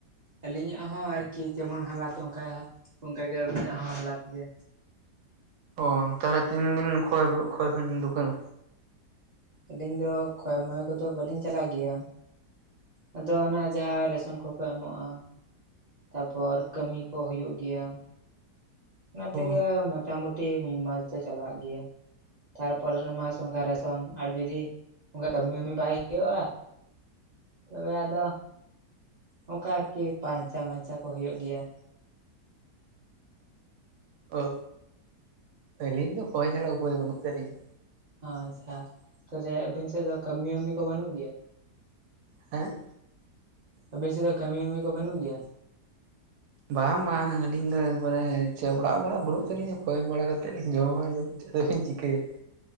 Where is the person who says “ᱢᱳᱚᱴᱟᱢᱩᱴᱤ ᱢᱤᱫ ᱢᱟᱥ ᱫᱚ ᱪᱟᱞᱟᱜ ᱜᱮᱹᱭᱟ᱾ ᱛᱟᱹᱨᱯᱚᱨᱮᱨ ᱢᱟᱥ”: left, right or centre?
Right